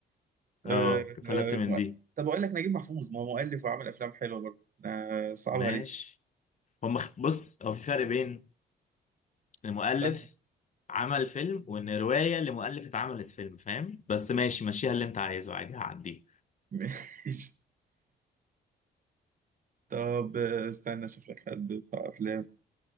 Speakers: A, on the left; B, on the right.
A: اه
B: أه
A: فلت من
B: أه
A: دي
B: طب اقول لك نجيب محفوظ ما هو مؤلف وعمل افلام حلوه برضه أه صعب
A: ماشي
B: عليك
A: هم بص هو في فرق بين المؤلف
B: فاهمك
A: عمل فيلم وان روايه لمؤلف اتعملت فيلم فاهم بس ماشي مشيها اللي انت عايزه عادي هعديه
B: <laughs> ماشي طب آه، استنى اشوف لك حد بتاع افلام